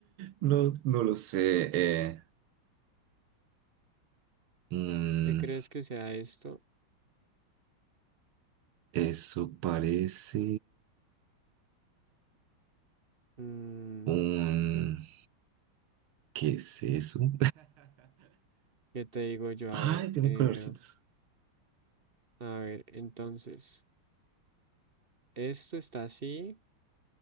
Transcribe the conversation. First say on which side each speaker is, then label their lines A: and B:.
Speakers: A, on the right; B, on the right.
A: No, no lo sé. eh, Mm,
B: ¿Qué crees que sea esto?
A: eso parece
B: Mm,
A: un... ¿Qué es eso? <laughs>
B: ¿qué te digo yo?
A: Ay,
B: A ver,
A: tiene
B: eh,
A: colorcitos.
B: a ver, entonces, esto está así